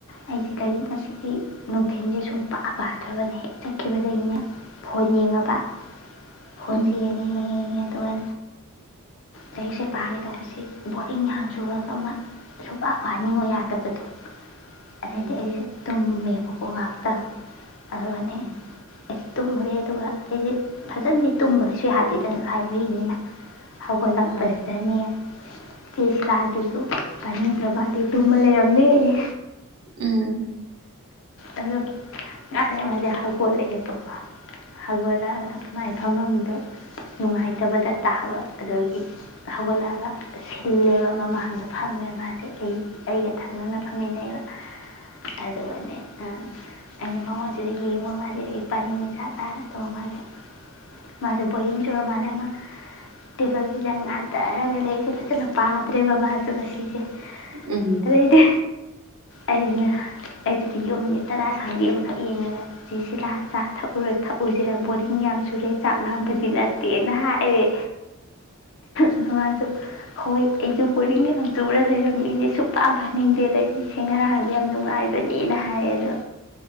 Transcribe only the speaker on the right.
ꯎꯝ
ꯎꯝ
ꯎꯝ
ꯑꯥ
ꯎꯝ
ꯎꯝ